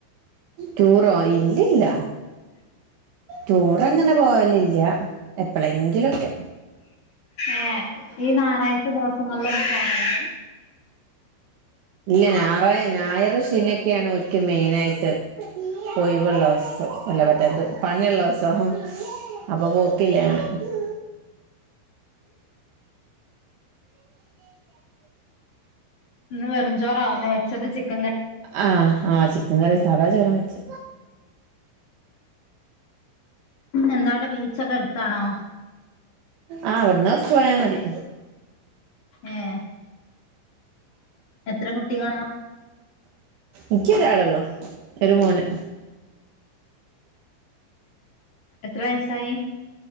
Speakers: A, on the right; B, on the left.
A: ടുറോ ഇല്ല ഇല്ല ടൂറങ്ങനെ പോവലില്ല എപ്പഴെങ്കിലുംക്കെ.
B: ഏ ഈ ഞായറാഴ്ച ദിവസങ്ങളിലൊന്നും പോകല്
A: ഇല്ല ഞാറാ ഞായർ ശെനിക്കെയ ആണ് ഒരിക്കു മെയിന ആയിട്ട്. ഒയിവുള്ളവസം. അല്ല മറ്റേത് പണിള്ളസം. <unintelligible> പോക്കില്ല <unintelligible>
B: ഇന്ന് വെറുംചോറാവല്ലേ വെച്ചത് ചിക്കൻ കറി
A: ആഹ് ആഹ് ചിക്കൻ കറി സാധാ ചോറും വെച്.
B: എന്താ ടെ ബീച്ചൊക്കെ അടുത്താണോ?
A: ആ അവിടുന്ന് കുറച്ച്പോയാ മതി.
B: ഏഹ് എത്ര കുട്ടികളാ?
A: എന്ക്കൊരാളൊള്ളൂ. ഒരു മോന്.
B: എത്ര വയസ്സായി?